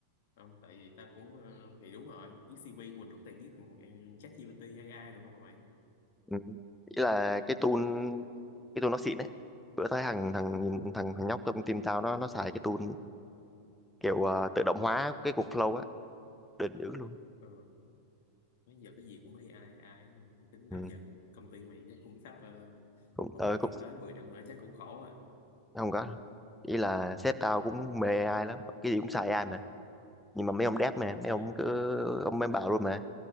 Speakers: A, on the left; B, in the centre.
A: không tại vì ta cũng ờ, thì đúng rồi viết CV của mình có thể viết bằng ờ, ChatGPT AI được không mà mày
B: ừ. ý là
A: chứ
B: cái
A: cũng đâu
B: tool
A: có
B: cái tool nó xịn đấy bữa thấy thằng thằng thằng thằng nhóc trong team tao nó nó xài cái tool kiểu ờ, tự động hóa cái cục flow á đỉnh dữ luôn
A: ờ, bây giờ cái gì cũng AI AI hết à. tính bao
B: ừ.
A: giờ công ty mày chắc cũng sắp ờ,
B: cũng
A: một
B: ờ,
A: thời gian
B: cũng
A: tới 10 năm nữa chắc cũng khổ à
B: không có ý là sếp tao cũng mê AI lắm cái gì cũng xài AI mà nhưng mà mấy ông dev mà
A: à
B: mấy ông cứ ông mới bảo luôn mà